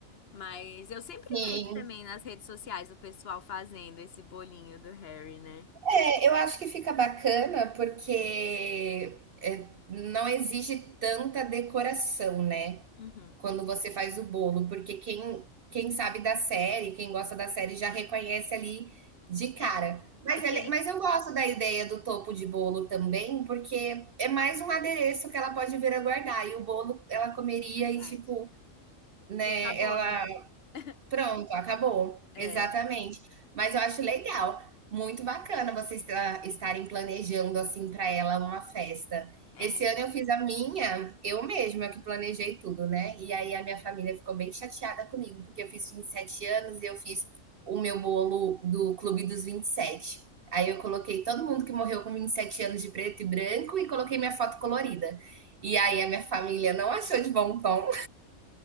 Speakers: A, on the left; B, on the right.
A: Mas eu sempre
B: sim.
A: vejo também nas redes sociais o pessoal fazendo esse bolinho do Harry, né?
B: É, eu acho que fica bacana porque é, não exige tanta decoração, né?
A: Uhum.
B: quando você faz o bolo, porque quem, quem sabe da série, quem gosta da série, já reconhece ali de cara.
A: É,
B: Mas, ele-
A: tem,
B: mas eu gosto da ideia do topo de bolo também, porque é mais um adereço que ela pode vir a guardar. E o bolo ela comeria
A: verdade.
B: e, tipo, né,
A: E acabou,
B: ela
A: né? <laughs>
B: Pronto, acabou.
A: É,
B: Exatamente. Mas eu acho legal, muito bacana vocês tra- estarem planejando assim para ela uma festa.
A: é.
B: Esse ano eu fiz a minha, eu mesma que planejei tudo, né? E aí a minha família ficou bem chateada comigo, porque eu fiz 27 anos e eu fiz o meu bolo do Clube dos Vinte e Sete. Aí eu coloquei todo mundo que morreu com 27 anos de preto e branco e coloquei minha foto colorida. E aí a minha família não achou de bom tom.